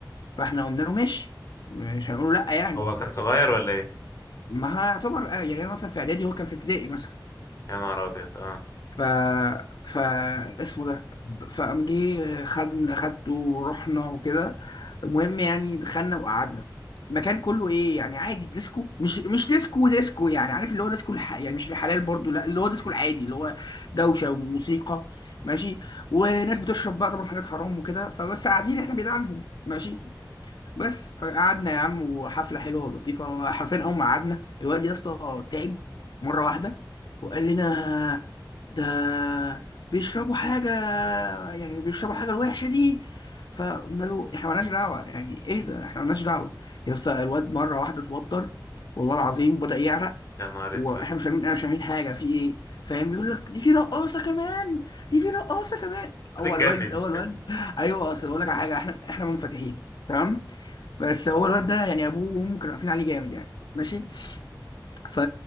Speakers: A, on the left; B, on the left.
A: فاحنا قلنا له ماشي مش هنقول له لا يعني
B: هو كان <laughs> صغير ولا ايه
A: ما هيعتبر يعني انا مثلا في اعدادي هو كان في ابتدائي مثلا
B: يا نهار ابيض اه
A: ف ف اسمه ده فقام جه خد خدته ورحنا وكده المهم يعني دخلنا وقعدنا المكان كله ايه يعني عادي ديسكو مش مش ديسكو ديسكو يعني عارف اللي هو ديسكو الح... يعني مش الحلال برضو لا اللي هو ديسكو العادي اللي هو دوشه وموسيقى ماشي وناس بتشرب بقى طبعا حاجات حرام وكده فبس قاعدين احنا بعيد عنهم ماشي بس فقعدنا يا عم وحفله حلوه ولطيفه حرفيا اول ما قعدنا الواد يا اسطى تعب مره واحده وقال لنا ده بيشربوا حاجه يعني بيشربوا حاجه الوحشه دي فقلنا له احنا مالناش دعوه يعني اهدى احنا مالناش دعوه يا اسطى الواد مره واحده اتوتر والله العظيم بدأ يعرق
B: يا نهار
A: واحنا
B: اسود
A: مش فاهمين انا مش فاهمين حاجه في ايه فاهم يقول لك دي في رقاصه كمان دي في رقاصه كمان
B: بتتجنن
A: اول واد اول واد <laughs> ايوه اصل اقول لك على حاجه احنا احنا منفتحين تمام بس هو الواد ده يعني ابوه وامه كانوا قافلين عليه جامد يعني ماشي ف...